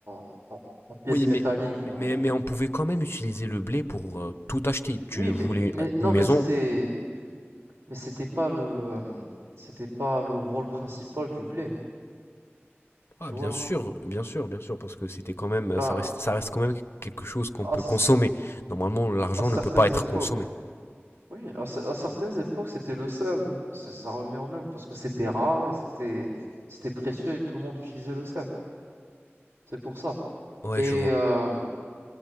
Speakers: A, on the right; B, on the left.
A: en, en- en pièces
B: Oui, mais,
A: métalliques.
B: mais,
A: on-
B: mais, mais on pouvait quand même utiliser le blé pour euh, tout acheter. Tu
A: Oui,
B: voulais
A: mais, mais
B: euh,
A: non,
B: une maison?
A: mais c'était, mais c'était pas le, euh, c'était pas le rôle principal du blé. Tu
B: Ah, bien
A: vois?
B: sûr, bien sûr, bien sûr, parce que c'était quand même,
A: Ben,
B: ça reste, ça reste quand même quelque chose qu'on
A: à,
B: peut
A: c-
B: consommer. Normalement, l'argent
A: à certaines
B: ne peut pas être
A: époques.
B: consommé.
A: Oui, à, ce- à certaines époques, c'était le sel. hein. C'est- Ça revenait au même parce que c'était rare et c'était c'était précieux et tout le monde utilisait le sel. C'est pour ça.
B: Ouais,
A: Et
B: je vois.
A: euh,